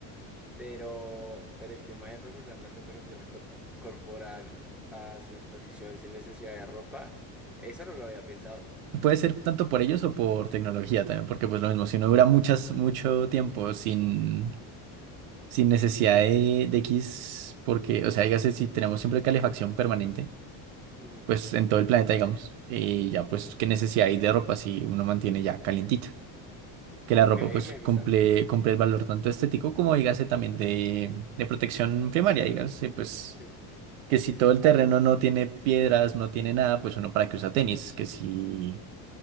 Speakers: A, in the centre; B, on the right.
A: pero, pero el tema es regular la temperatura cor- corporal a su disposición sin necesidad de ropa, eso no lo había pensado.
B: puede ser tanto por ellos o por tecnología también, porque pues lo mismo, si uno dura muchas, mucho tiempo sin, sin necesidad de, de X, porque, o sea, dígase, si tenemos siempre calefacción permanente,
A: Ujú.
B: pues en todo el planeta, digamos, y ya pues qué necesidad hay de ropa si uno mantiene ya calientita. que
A: Ok,
B: la ropa pues
A: me
B: cumple,
A: gusta.
B: cumple el valor tanto estético como dígase también de, de protección primaria, dígase pues
A: Sí, sí, sí.
B: que si todo el
A: Ay,
B: terreno no tiene piedras, no tiene nada, pues uno para qué usa tenis, que si,